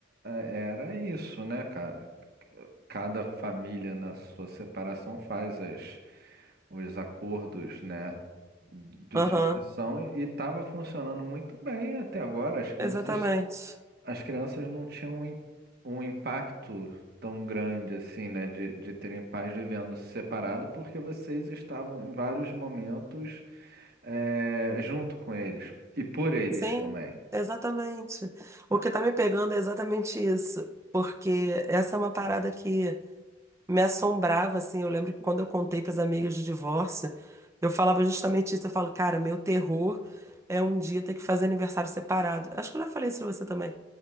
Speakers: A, on the right (about 55°); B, on the right (about 15°).
A: era isso, né? Ca- Cada família na sua separação faz as os acordos, né? Do
B: aham,
A: jeito que são, e estava funcionando muito bem até agora. As crianças
B: exatamente.
A: as crianças não tinham um, im- um impacto tão grande assim, né, de, de terem pais vivendo separado, porque vocês estavam em vários momentos é, junto com eles e por eles
B: Sim,
A: também.
B: exatamente. O que tá me pegando é exatamente isso. Porque essa é uma parada que me assombrava, assim. Eu lembro que quando eu contei para as amigas do divórcio, eu falava justamente isso. Eu falo, cara, meu terror é um dia ter que fazer aniversário separado. Acho que eu já falei isso pra você também,